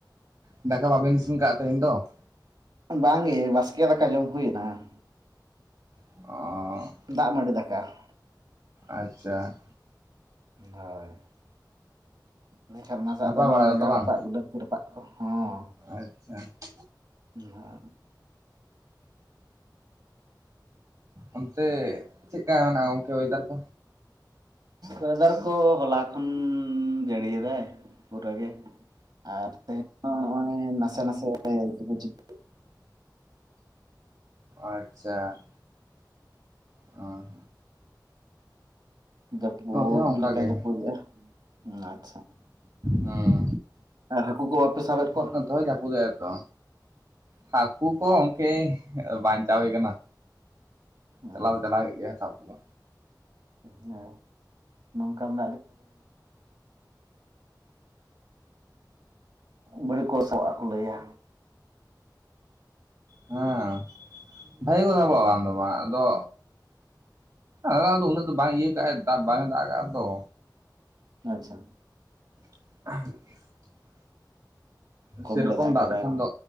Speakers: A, on the right; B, on the right.
A: ᱫᱟᱠᱟ ᱵᱟᱹᱵᱤᱱ ᱤᱥᱤᱱ ᱠᱟᱜᱟ ᱛᱮᱦᱮᱧ ᱫᱚ?
B: ᱵᱟᱝᱜᱮ ᱵᱟᱥᱠᱮ ᱫᱟᱠᱟ ᱡᱚᱢ ᱦᱩᱭᱱᱟ ᱾
A: ᱚ
B: ᱫᱟᱜ ᱢᱟᱺᱰᱤ ᱫᱟᱠᱟ ᱾
A: ᱟᱪᱪᱷᱟ ᱾
B: ᱦᱚᱭ ᱢᱮᱱᱠᱷᱟᱱ ᱚᱱᱟᱥᱟᱜ
A: ᱱᱟᱯᱟᱭ
B: ᱫᱚ ᱚᱱᱟ
A: ᱵᱟᱲᱟ
B: ᱵᱮᱸᱜᱟᱲ
A: ᱜᱮᱛᱚ ᱵᱟᱝ?
B: ᱨᱟᱯᱟᱜ ᱵᱤᱞᱟᱹᱛᱤ ᱨᱟᱯᱟᱜ ᱠᱚ ᱦᱚᱸᱼᱼ
A: ᱟᱪᱪᱷᱟ ᱾
B: ᱦ <unintelligible>
A: ᱚᱱᱛᱮ ᱪᱮᱫᱠᱟ ᱢᱮᱱᱟᱜᱼᱟ ᱜᱚᱝᱠᱮ ᱚᱭᱮᱫᱟᱨ ᱠᱚ?
B: ᱚᱭᱮᱫᱟᱨ ᱠᱚ ᱦᱚᱞᱟ ᱠᱷᱚᱱ ᱡᱟᱹᱲᱤᱭᱮᱫᱟᱭ ᱯᱩᱨᱟᱹ ᱜᱮ ᱾ ᱟᱨ ᱛᱮᱦᱮᱧ ᱦᱚᱸ ᱱᱚᱜᱼᱚᱭ ᱱᱟᱥᱮ ᱱᱟᱥᱮᱼᱼ ᱵᱡ <unintelligible>
A: ᱟᱪᱪᱷᱟ ᱾ ᱚ
B: ᱡᱟᱹᱯᱩᱫ
A: ᱦᱚᱸ ᱚᱱᱠᱟ
B: ᱞᱮᱠᱟᱭ
A: ᱜᱮ
B: ᱡᱟᱹᱯᱩᱫᱮᱜ-ᱟ, ᱟᱪᱪᱷᱟ ᱾
A: ᱦᱩᱸ,
B: ᱦᱟᱹᱠᱩ ᱠᱚ ᱵᱟᱯᱮ ᱥᱟᱵᱮᱫ ᱠᱚᱣᱟ
A: ᱱᱚᱛᱮ ᱦᱚᱭ ᱡᱟᱹᱯᱤᱫ ᱮᱛᱚᱼᱼ ᱦᱟᱹᱠᱩ ᱠᱚ ᱜᱚᱢᱠᱮ ᱠᱮ ᱵᱟᱧᱪᱟᱣ ᱦᱩᱭ ᱠᱟᱱᱟ᱾
B: ᱟᱪᱪᱷᱟ
A: ᱪᱟᱞᱟᱣ ᱫᱚ ᱪᱟᱞᱟᱣ ᱦᱩᱭᱩᱜ ᱜᱮᱭᱟ ᱥᱟᱵ ᱠᱚ ᱫᱚ᱾
B: <unintelligible> ᱱᱚᱝᱠᱟ <unintelligible> ᱵᱟᱹᱲᱤᱡ ᱠᱚ ᱥᱚᱜ ᱟᱠᱚ ᱞᱟᱹᱭᱟ᱾
A: ᱦᱮᱸ ᱵᱷᱟᱜᱤ ᱠᱚ ᱥᱟᱵ ᱟᱠᱚ ᱵᱟᱝ ᱫᱚ ᱵᱟᱝ ᱟᱫᱚ ᱟᱫᱚ ᱫᱚ ᱩᱱᱟᱹᱜ ᱫᱚ ᱵᱟᱝᱟᱭ ᱤᱭᱟᱹ ᱠᱟᱜᱼᱟ ᱫᱟᱜ ᱵᱟᱝᱟᱭ ᱫᱟᱜ ᱠᱟᱜᱼᱟ ᱛᱚ
B: ᱟᱪᱪᱷᱟ᱾
A: <unintelligible>
B: ᱠᱚᱢ
A: ᱥᱮᱨᱚᱠᱚᱢ
B: ᱜᱮ
A: ᱫᱟᱜ
B: ᱠᱟᱫᱟᱭ
A: ᱞᱮᱠᱷᱟᱱ
B: ᱵᱟᱝ
A: ᱫᱚ